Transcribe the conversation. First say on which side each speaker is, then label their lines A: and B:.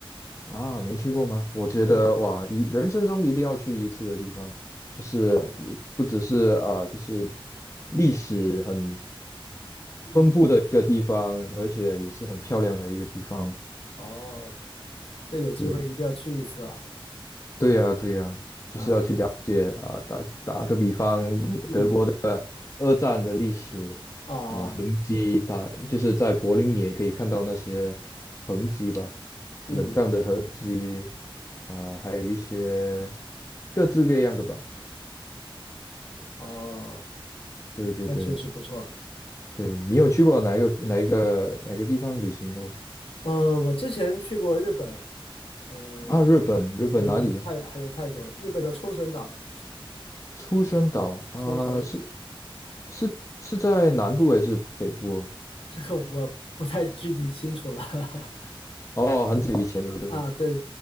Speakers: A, on the left; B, on the left.
A: 啊，没去过吗？我觉得哇，
B: 对对，
A: 一人生中一定要去一次的地方，就是不不只是啊，
B: 哦，
A: 就是历史很
B: 嗯，
A: 一个地方，而且也是很漂亮的一个地方。
B: 哦，这有机会一定要去一次啊，
A: 是，对呀，对呀，就是要去了解啊、
B: 啊，
A: 打打个比方，
B: 嗯，
A: 德国的二战的历史啊、
B: 哦，
A: 痕迹，打就是在柏林也可以看到那些痕迹吧，
B: 嗯，
A: 冷战的痕迹啊、还有一些各式各样的吧。
B: 哦，
A: 对对对
B: 那确实不错。
A: 对，你有去过哪一个哪一个哪个地方旅行过
B: 呃，我之前去过日本，呃，
A: 啊？日本，日本哪里啊？
B: 还有一个泰，还有泰国，日本的冲绳岛，
A: 出生岛啊，
B: 冲绳，
A: 是是是在南部还是北部哦？
B: 这个我不太具体清楚了。<laughs>
A: 哦，很久以前了，对吧？
B: 啊，对对